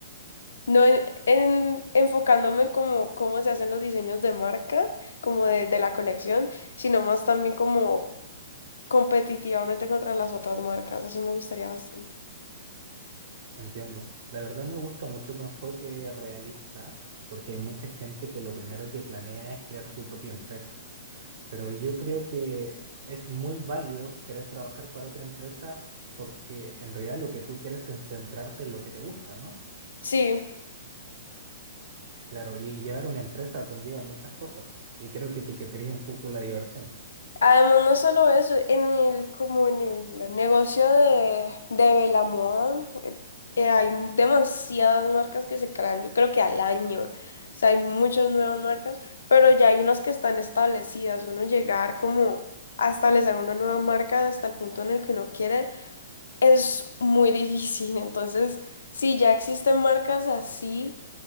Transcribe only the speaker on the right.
Entiendo. La verdad me gusta mucho tu enfoque realista porque hay mucha gente que lo primero que planea es crear su propia empresa. Pero yo creo que es muy válido querer trabajar para otra empresa porque en realidad lo que tú quieres es centrarte en lo que te gusta, ¿no?
Claro, y llevar una empresa conlleva muchas cosas y creo que etiquetaría un poco la diversión.